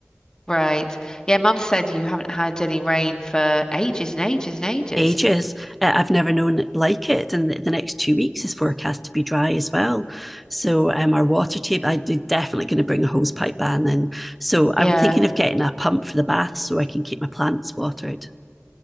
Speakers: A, on the left (about 15°); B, in the centre.
A: Right. Yeah, Mum said you haven't had any rain for ages and ages and ages.
B: Ages. Uh, I've never known it like it. And the, the next two weeks is forecast to be dry as well. So um, our water table, I'm definitely going to bring a hose pipe ban in. So I'm
A: Yeah.
B: thinking of getting a pump for the bath so I can keep my plants watered.